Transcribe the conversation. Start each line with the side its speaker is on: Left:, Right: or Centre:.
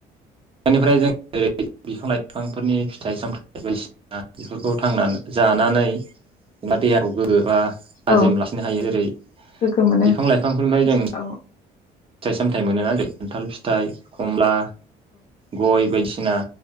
Right: बेनिफ्राय जों ओेरै बिफां लाइफांफोरनि फिथाइ सामथाइ बायदिसिना बेफोरखौ थांनानै जानानै एबा देहाखौ गोगोबा थाजिम
Left: औ
Right: लाखिनो हायो जेरै
Left: गोग्गो मोनो
Right: बिफां लाइफांफोरनिफ्राय जों। फिथाइ
Left: औ
Right: सामथायाइ मोनोना जेरै खान्थाल फिथाइ कमला गय' बायदि सिना